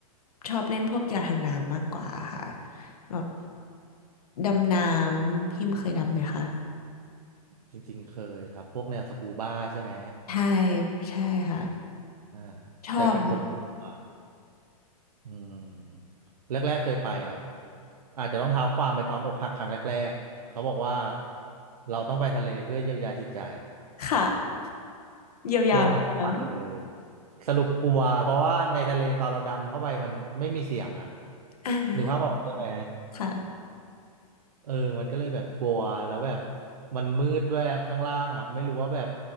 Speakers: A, on the left; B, on the right.
A: ชอบเล่นพวกกีฬาทางน้ำมากกว่าค่ะแบบดำน้ำพิมเคยดำไหมคะ
B: จริงๆเคยครับพวกแนวสกูบ้าใช่ไหม
A: ใช่ใช่ค่ะ
B: อ่าอ่า
A: ชอบ
B: แต่เป็นคนกลัวอืมแรกๆเคยไปครับอาจจะต้องเท้าความไปตอนอกหักครั้งแรกๆเขาบอกว่าเราต้องไปทะเลเพื่อเยียวยาจิตใจ
A: ค่ะเยียวยาเออ
B: ช่วงนั้นก็ไปเลยสรุปกลัวเพราะว่าในทะเลตอนเราดำเข้าไปมันไม่มีเสียงอะ
A: อ่า
B: นึกภาพออกใช่ไหม
A: ค่ะ
B: เออมันก็เลยแบบกลัวแล้วแบบมันมืดด้วยข้างล่างอะไม่รู้ว่าแบบ